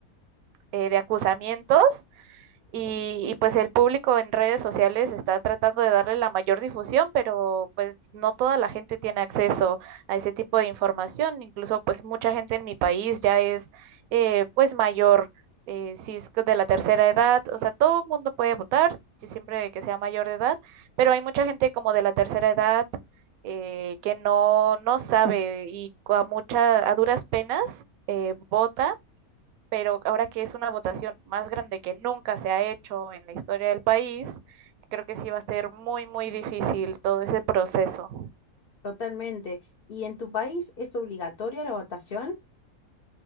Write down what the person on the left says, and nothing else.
Totalmente. ¿Y en tu país es obligatoria la votación?